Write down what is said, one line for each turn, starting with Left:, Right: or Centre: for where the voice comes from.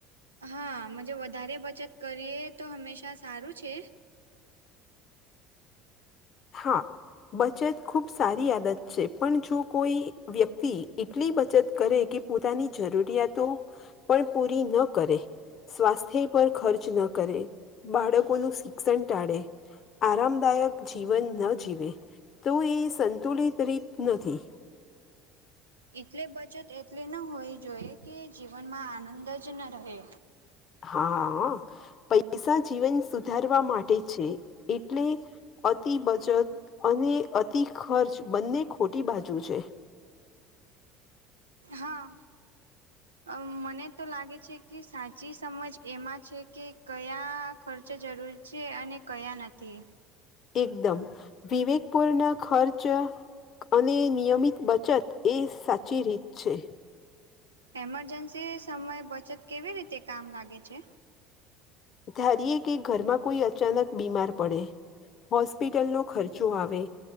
Right: હા મજે વધારે બચત કરીએ તો હંમેશા સારું છે.
Left: હા. બચત ખૂબ સારી આદત છે પણ જો કોઈ વ્યક્તિ એટલી બચત કરે કે પોતાની જરૂરિયાતો પણ પૂરી ન કરે સ્વાસ્થ્ય પર ખર્ચ ન કરે બાળકોનું શિક્ષણ ટાળે આરામદાયક જીવન ન જીવે તો એ સંતુલિત રીત નથી.
Right: એટલે બચત એટલી ન હોવી જોઈએ કે જીવનમાં આનંદ જ ન રહે.
Left: હા પૈસા જીવન સુધારવા માટે છે એટલે અતિ બચત અને અતિ ખર્ચ બંને ખોટી બાજુ છે.
Right: હા. અ મને તો લાગે છે કે સાચી સમજ એમાં છે કે કયા ખર્ચ જરૂર. જે અને કયા નથી.
Left: એકદમ વિવેકપૂર્ણ ખર્ચ અને નિયમિત બચત એ સાચી રીત છે.
Right: એમરજન્સી સમય બચત કેવી રીતે કામ લાગે છે.
Left: ધારીએ કે ઘરમાં કોઈ અચાનક બીમાર પડે હોસ્પિટલ નો ખર્ચો આવે